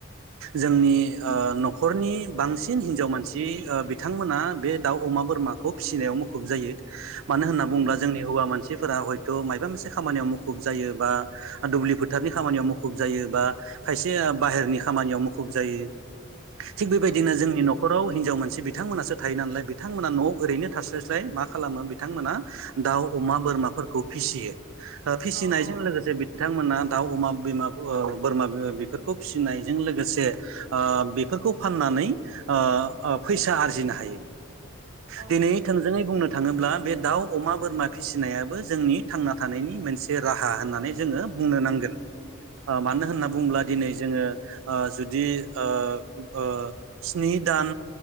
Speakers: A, on the right; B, on the right.
A: जोंनि ओ न'खरनि बांसिन हिनजाव मानसि ओ बिथांमोना बे दाउ अमा बोरमाखौ फिसिनायाव मुखुब जायो। मानो होन्ना
B: औ
A: बुङोब्ला
B: नंगौ
A: जोंनि हौवा मानसि फोरा हयथ' मायबा मोनसे खामानियाव मुखुब जायो बा दुब्लि फोथारनि खामानियाव मुखुब जायो बा खायसे बाहेरनि खामानियाव मुखुब जायो थिग बेबायदिनो
B: औ
A: जोंनि न'खराव हिनजाव मानसि बिथांमोनासो थायो नालाय बिथांमोना न' ओरैनो थास्लायस्लाय मा खालामो बिथांमोना दाउ अमा बोरमाफोरखौ फिसियो ओ
B: औ
A: फिसिनायजों
B: औ
A: लोगोसे बिथांमोना दाउ अमा बिमा ओ बोरमा बेफोरखौ फिनायजों लोगोसे जे ओ बेफोरखौ फाननानै ओ ओ फैसा आरजिनो
B: औ
A: हायो
B: औ
A: दिनै
B: नोंथां
A: थोंजोङै बुंनो थाङोब्ला बे दाउ अमा बोरमा फिसिनायाबो जोंनि थांना थानायनि मोनसे राहा होननानै जोङो बुंनो
B: औ
A: नांगोन
B: औ नंगौ
A: ओ मानो होन्ना बुङोब्ला दिनै जोङो ओ जुदि ओ ओ स्नि दान